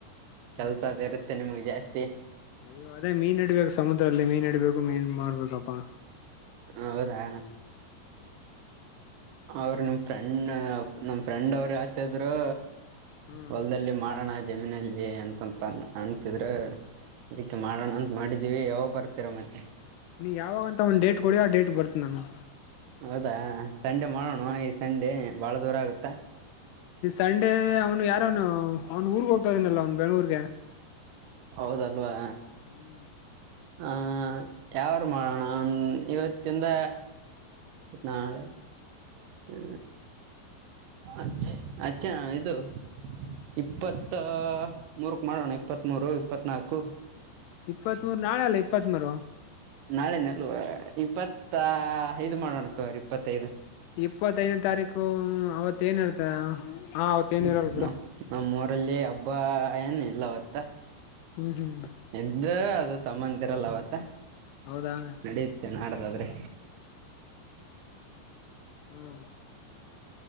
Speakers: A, on the right; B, on the left.
A: ಕೆಲ್ಸದ
B: ಹೌದಾ
A: ಇರುತ್ತೆ ನಿಮ್ಗೆ ಜಾಸ್ತಿ
B: ಅಯ್ಯೋ ಅದೇ ಮೀನ್ ಇಡ್ಬೇಕು ಸಮುದ್ರದಲ್ಲಿ ಮೀನ್ ಇಡ್ಬೇಕು ಮೀನ್ ಮಾಡ್ಬೇಕಪ್ಪಾ
A: ಹೌದಾ ಅವ್ರ ನಿಮ್ ಫ್ರೆಂಡ್ ನಮ್ ಫ್ರೆಂಡ್ ಅವರು ಯಾತ ಇದ್ರು
B: ಹ್ಮ್
A: ಹೊಲ್ದಲ್ಲಿ ಮಾಡೋಣ ಆಯ್ತ ಜಮೀನಲ್ಲಿ ಅಂತಂತ ಅಂತಿದ್ರ ಅದಕ್ಕೆ ಮಾಡೋಣ ಅಂತ ಮಾಡಿದೀವಿ ಯಾವಾಗ ಬರ್ತರ ಮತ್ತೆ
B: ನೀ ಯಾವಾಗಂತ ಒಂದ್ ಡೇಟ್ ಕೊಡವೋ ಆ ಡೇಟ್ ಬರುತ್ತ ನಾನು
A: ಹೌದಾ ಸಂಡೆ ಮಾಡೋಣ ಮ ಸಂಡೆ ಭಾಳ ದೂರ ಆಗುತ್ತಾ
B: ಈ ಸಂಡೇ ಅವನು ಯಾರ ಅವನು ಅವನು ಊರ್ಗ್ ಹೋಗ್ತ ಇದನಲ್ಲ ಅವ್ನ್ ಬೆಂಗಗಳೂರ್ಗೆ
A: ಹೌದಲ್ವಾ
B: ಹ್ಮ್
A: ಹ ಯಾವಾರು ಮಾಡೋಣ ಇವತ್ತಿಂದ ಇತ್ತು ನಾಳೆ ಹು ಅಚ್ಚ ಅಚ್ಚೆ ಇದು ಇಪ್ಪತ್ತ ಮೂರಕ್ ಮಾಡೋಣ ಇಪ್ಪತ್ಮ ಮೂರು ಇಪ್ಪತ್ನಾಲ್ಕು
B: ಇಪ್ಪತ್ತ್ ಮೂೂರು ನಾಳೆ ಅಲ್ಲ ಇಪ್ಪತ್ತ್ ಮೂೂರು
A: ನಾಳೆ ನಲ್ವ ಇಪ್ಪತ್ತ ಐದು ಮಾಡೋಣ ತ ಅವ್ರ ಇಪ್ಪತ್ತೈದು.
B: ಇಪ್ಪತ್ತೈದನೇ ತಾರೀಕು ಅವತ್ತ ಏನ ಇರ್ತ ಹಾ ಅವತ್ತ ಏನ್
A: ಹ
B: ಇರಲ್ ಬಿಡು
A: ನಮ್ಮ ಊರಲ್ಲಿಬ್ಬ ಬಾ ಏನ ಇಲ್ಲ ಅವತ್ತ.
B: ಹ್ಮ್ ಹ್ಮ್
A: ಇದ ಅದು ಸಮಂತಿರಲ್ಲ ಅವತ್ತ.
B: ಹೌದಾ
A: ನಡೆಯುತ್ತೆ ನಾಡದಾದ್ರೆ.
B: ಹ್ಮ್